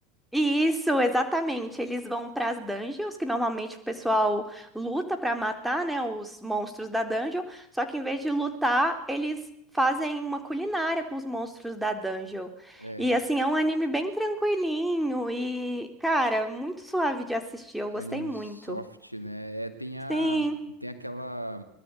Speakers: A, in the centre; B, on the left.
A: Isso, exatamente. Eles vão para as dungeons, que normalmente o pessoal luta para matar, né, os monstros da dungeon. Só que em vez de lutar, eles fazem uma culinária com os monstros da dungeon.
B: É,
A: E assim, é um anime bem tranquilinho e, cara, muito suave de assistir. Eu
B: anime
A: gostei muito.
B: soft, né? É, tem a,
A: Sim.
B: tem aquela,